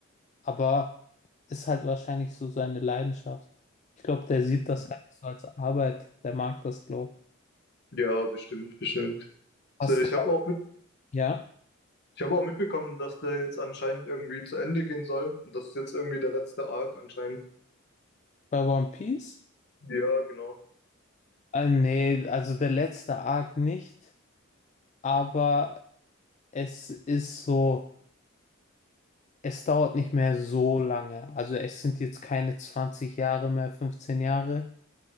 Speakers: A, on the left (about 35°); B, on the left (about 55°).
A: Aber ist halt wahrscheinlich so seine Leidenschaft. Ich glaube, der sieht das gar nicht so als Arbeit. Der mag das, glaube ich.
B: Ja, bestimmt, bestimmt. So,
A: Hast
B: ich
A: du,
B: habe auch mit,
A: ja,
B: ich habe auch mitbekommen, dass der jetzt anscheinend irgendwie zu Ende gehen soll. Und das ist jetzt irgendwie der letzte Arc anscheinend.
A: bei One Piece?
B: Ja, genau.
A: Äh, nee, also der letzte Arc nicht. Aber es ist so. Es dauert nicht mehr so lange. Also es sind jetzt keine 20 Jahre mehr, 15 Jahre.